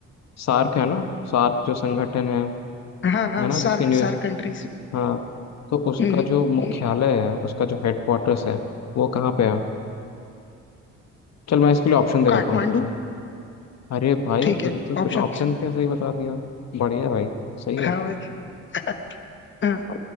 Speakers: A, on the left (about 60°); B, on the left (about 40°).
A: सार्क है ना सार्क जो संगठन है
B: हाँ हाँ
A: है ना जिसकी
B: सार्क
A: न्यूज़
B: सार्क कंट्रीज
A: हाँ तो उसका
B: हम्म
A: जो मुख्यालय
B: हम्म,
A: है उसका जो हेडक्वार्टर्स है वो कहाँ पे है चल मैं इसके लिए ऑप्शन दे देता
B: काठमांडू
A: हूँ तुझे। अरे भाई
B: ठीक
A: तुझे
B: है
A: तो बिना
B: ऑप्शंस
A: ऑप्शन के सही बता दिया बढ़िया भाई सही है
B: हाँ भाई <laughs> हाँ